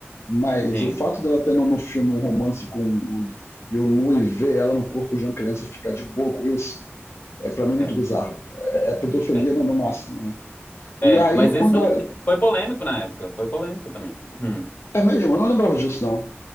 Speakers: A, on the left; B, on the left.
A: Mas
B: Sim,
A: o fato dela ter no, no filme um romance com o Louis e o Louis ver ela no corpo de uma criança e ficar de boa com isso, é para mim muito
B: é,
A: bizarro. É, é pedofilia
B: é,
A: no, no, máximo, né? E
B: é.
A: aí
B: Mas
A: quando.
B: isso
A: É,
B: foi polêmico na época, foi polêmico também. Hum.
A: é mesmo, eu não lembrava disso, não.